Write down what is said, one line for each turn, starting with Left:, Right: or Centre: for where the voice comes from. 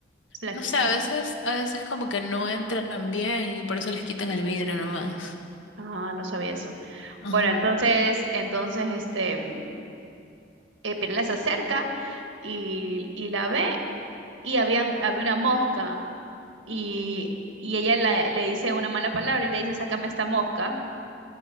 Right: flaquita.
Left: No sé, a veces, a veces como que no entran bien y por eso les quitan el vidrio nomás.
Right: Ah, no sabía eso.
Left: Ajá.
Right: Bueno, entonces, entonces, este, eh, Pirela se acerca y, y la ve y había, había una mosca y, y ella la- le dice una mala palabra y le dice, sácame esta mosca